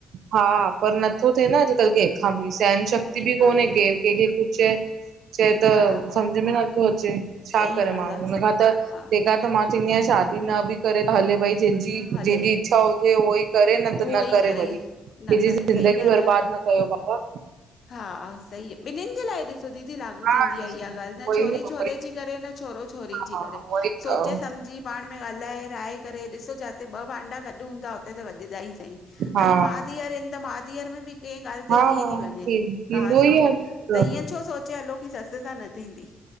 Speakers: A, on the right; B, on the left.
A: हा, पर नथो थिए न अॼुकल्ह के केंहखां बि सहन शक्ति
B: कंहिंखां
A: बि कोने
B: नथो
A: केरु केंहखे
B: थिए
A: कुझु चवे चए त
B: हा
A: सम्झ में नथो अचे, छा
B: सही
A: करे
B: ॻाल्हि
A: माण्हू हुन खां तेंहखां
B: आ
A: त त मां चवंदी आहियां शादी न बि करे हले भई जंहिंजी
B: हा हले
A: जंहिंजी इच्छा हुजे उहो ई करे न त
B: उहो
A: न
B: ई
A: करे भली। केंहंॼी
B: न करे
A: ज़िंदगी
B: सही ॻाल्हि
A: बर्बाद
B: आ
A: न कयो बाबा
B: हा सही ॿिननि जे लाइ दीदी लागू
A: हा
B: थींदी
A: उहोई
B: आहे इहा ॻाल्हि न छोरी
A: उहोई
B: छोरे जी करे न छोरो छोरी जी
A: हा
B: करे
A: उहोई त,
B: सोचे सम्झी पाण में ॻाल्हाए राय करे ॾिसो जिते ॿ भांडा गॾु हूंदा हुते त वॼंदा ही सईं
A: हा
B: अॼु मां धीअर आहिनि त माउ धीअर में बि कंहिं ॻाल्हि
A: हा
B: ते थी थी वञे
A: थींदो
B: कहा सुनी
A: ई आहे
B: त हीअं छो सोचे हलो की ससु सां न थींदी?